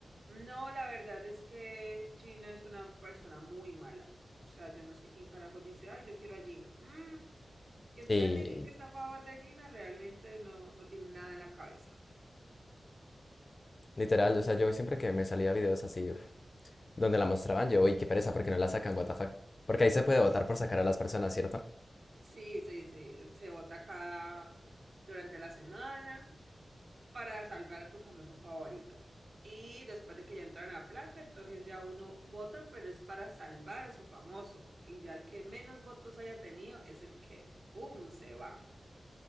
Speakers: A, on the right (about 55°); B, on the left (about 35°).
A: No, la verdad es que Gina es una persona muy mala. O sea, yo no sé quién carajo dice, ay, yo quiero a Gina. Mm, Quien te
B: Y
A: diga te- que está a favor de Gina realmente no, no tiene nada en la cabeza.
B: literal, o sea, yo siempre que me salía videos así uf, donde la mostraban, yo, uy, qué pereza, porque no la sacan, what the fuck. Porque ahí se
A: Ay,
B: puede votar
A: sí.
B: por sacar a las personas, ¿cierto?
A: Sí, sí, sí, se vota acá durante la semana para salvar a tu famoso favorito. Y después de que ya entran a placa, entonces ya uno vota, pero es para salvar a su famoso. Y ya el que menos votos haya tenido es el que, boom, se va.